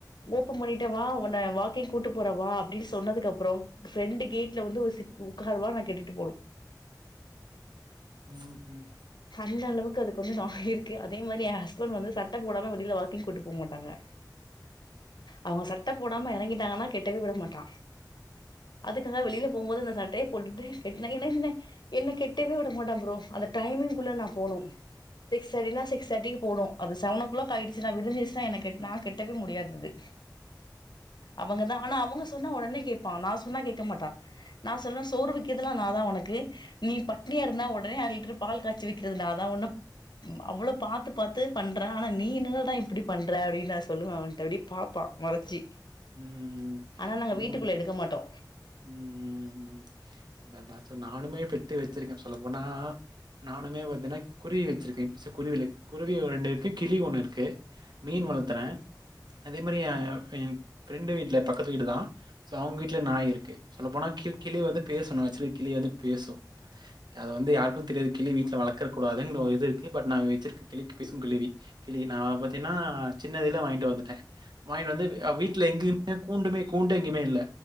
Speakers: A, on the left; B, on the right.
A: ஓபன் பண்ணிட்ட வா உன்ன வாக்கிங் கூட்டு போற வா அப்டின்னு சொன்னதுக்கு அப்புறோ ஃப்ரெண்டு கேட்ல வந்து ஒரு சிட் உக்கார்வா நா கெட்டுட்டு போனு
B: உம் உம்
A: அந்த அளவுக்கு அதுக்கு வந்து நா உயிர் அதே மாரி ஏ ஹஸ்பண்ட் வந்து சட்ட போடாம வெளில வாக்கிங் கூட்டு போ மாட்டாங்க அவங்க சட்ட போடாம எறங்கிட்டாங்கன்னா கெட்டவே விட மாட்டா அதுக்காக வெளில போம்போது அந்த சட் பே போட்டுட்டு கெட்னா என்ன என்ன என்ன கெட்டவே விட மாட்ட ப்ரோ அந்த டைமே குள்ள நா போணு சிக்ஸ் தேர்டினா சிக்ஸ் தேர்விற்கு போனு அது சவன் ஓ கிளாக் ஆயிடுச்சுனா விடிஞ்சுச்சுனா எனக்கு நா கெட்டவே முடியாது இது அவங்க தா ஆனா அவங்க சொன்ன ஒடனே கேப்பா நா சொன்னா கேக்க மாட்டா நா சொல்லுவ சோறு விக்கிர்துலா நா நா ஒனக்கு நீ பட்னியா இருந்தா ஒடனே அர லிட்ரு பால் கச்சி விக்ரது நா தா ஒவ்வொன்னு அவ்ளோ பாத்து பாத்து பண்றே ஆனா நீ என்னடானா இப்டி பண்ற அப்டின் நா சொல்லுவ அவன்ட்ட இப்டி பாப்பா மொறச்சி
B: உம் உஹ்ம்
A: ஆனா நாங்க
B: உண்மதா
A: வீட்டுக்குள்ள எடுக்க மாட்டோ
B: உம் உஹ்ம் உம் அதாங்க்கா சோ நானுமே பெட்டு வச்சிருக்கே சொல்லப்போனா நானுமே பாத்தேனா குருவி வச்சிருக்கே சோ குருவிலே குருவி ஓ ரெண்டு இருக்கு கிளி ஒன்னுருக்கு மீன் வளத்துறே அதே மாரி அ ம் ஃப்ரெண்டு வீட்ல பக்கத்து வீடு தா சோ அவுங்க வீட்ல நாய் இருக்கு சொல்ல போனா கி கிளி வந்து பேசூ நா வச்சிருக்க கிளி வந்து பேசூ அது வந்து யாருக்கூ தெரியாது கிளி வீட்ல வளக்கக் கூடாதூன் ஒரு இது இருக்கு பட் நா வச்சிருக்க கிளி பேசுங்கிளி கிளி நா பாத்தீன்னா சின்னதிலே வாங்கிட்டு வந்துட்டே வாங்கிட்டு வந்து ஆ வீட் இல்ல எங்கேயுமே கூண்டுமே கூண்டு எங்கயுமே இல்ல